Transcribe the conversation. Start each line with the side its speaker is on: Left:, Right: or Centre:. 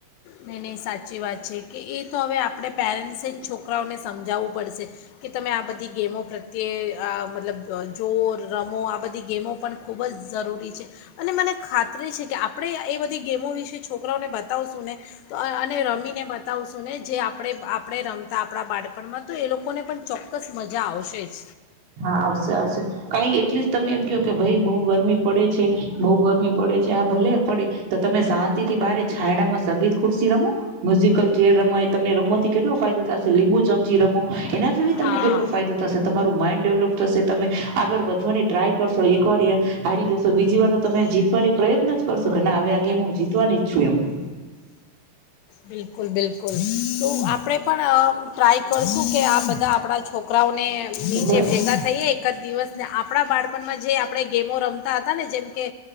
Left: નહીં નહીં સાચી વાત છે કે એ તો હવે આપણે પેરેન્ટ્સે જ છોકરાઓને સમજાવવું પડશે કે તમે આ બધી ગેમો પ્રત્યે આ મતલબ જોઓ રમો આ બધી ગેમો પણ ખૂબ ઝ જરૂરી છે અને મને ખાતરી છે કે આપણે એ બધી ગેમો વિશે છોકરાઓને બતાવશું ને તો અને રમીને બતાવશું ને જે આપણે આપણે રમ તા આપણા બાળપણમાં તો એ લોકો લોકોને પણ ચોક્કસ મજા આવશે જ.
Right: હા આવશે આવશે કાઈ એટલીસ્ટ તમે એમ કયો કે ભાઈ બઉ ગરમી પડે છે બઉ ગરમી પડે છે આ ભલે પડે તો તમે શાંતિથી બારે છાયડામાં સંગીત ખુર્શી રમો, મ્યુઝિકલ ચેર રમાય તમને રમવાથી કેટલો ફાયદો થાશે લીંબુ ચમચી રમો એના સુધી તમને
Left: હા
Right: કેટલો ફાયદો થશે તમારું માઇન્ડ ડેવલપ થશે તમે આગળ વધવાની ટ્રાય કરશો એક વાર હારી જશો બીજી વાર તો તમે જીતવાની પ્રયત્ નજ કરશું કે હવે આ ગેમ હું જીતવાની જ છું એમ.
Left: બિલકુલ બિલકુલ, તો આપણેે પણ ટ્રાય કરશું કે આ બધા આપણા છોકરાઓ નીચે
Right: એટલે
Left: ભેગા થઈએ એક જ દિવસ આપણા બાળપણમાં જે આપણે ગેમો રમતા હતા ને જેમ કે